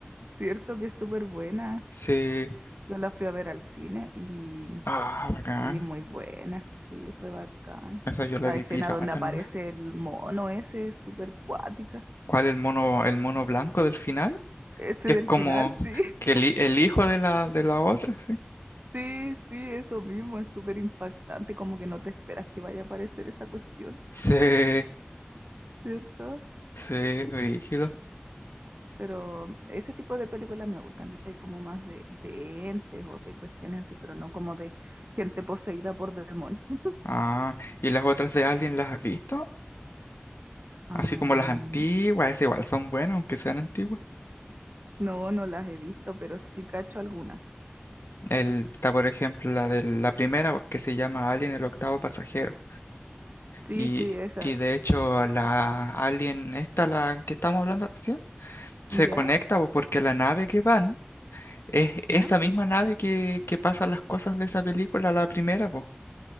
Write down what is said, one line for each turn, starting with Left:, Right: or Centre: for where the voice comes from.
Right: Cierto que es súper buena.
Left: Sí.
Right: Yo la fui a ver al cine y,
Left: Ah, bacán.
Right: y muy buena, sí, fue bacán.
Left: Esa yo la
Right: La
Left: vi
Right: escena
Left: pirata
Right: donde aparece
Left: nomás.
Right: el mono ese es súper cuática.
Left: ¿Cuál el mono, el mono blanco del final?
Right: Ese
Left: Que
Right: del
Left: es como
Right: final, sí,
Left: que
Right: <laughs>
Left: el, hi- el hijo de la, de la otra, sí.
Right: sí, sí, eso mismo, es súper impactante, como que no te esperas que vaya a aparecer esa cuestión,
Left: Sí,
Right: ¿cierto?
Left: sí, brígido.
Right: Pero ese tipo de películas me gustan, ¿cachai? Como más de, de entes o de cuestiones así, pero no como de gente poseída por demonios. <laughs>
Left: Ah, ¿y las otras de Alien las has visto?
Right: Am,
Left: Así como las antiguas, esas igual son buenas, aunque sean antiguas.
Right: no, no las he visto, pero sí cacho algunas.
Left: El, está, por ejemplo, la de la primera, que se llama Alien el octavo pasajero.
Right: Sí,
Left: Y,
Right: sí, esa.
Left: y de hecho, la Alien, esta, la que estamos hablando recién, se
Right: ¿Ya?
Left: conecta pues, porque la nave que van es
Right: ¿Ya?
Left: esa misma nave que, que pasa las cosas de esa película, la primera, pues.